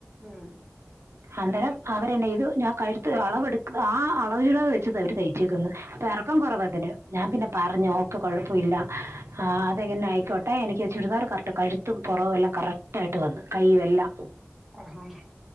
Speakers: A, in the centre; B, on the right.
A: ഉം
B: ഉ അന്നേരം അവരെന്നാ ചെയ്തു ഞാൻ കഴുത്ത് അളവെടു അളവ് ചുരിതാർ വെച്ചാ അവര് തയ്ച്ചേക്കുന്നേ പൊക്കം കുറവാ ഇതിന് ഞാൻ പിന്നെ പറഞ്ഞു ഓക്കെ കുഴപ്പമില്ല അതെങ്ങനേലും ആയിക്കോട്ടെ എനിക്ക് ചുരിദാർ കറ കഴുത്തും പുറവും എല്ലാം കറക്റ്റായിട്ട് വന്നു കൈയും എല്ലാം
A: ആഹ് ആഹ്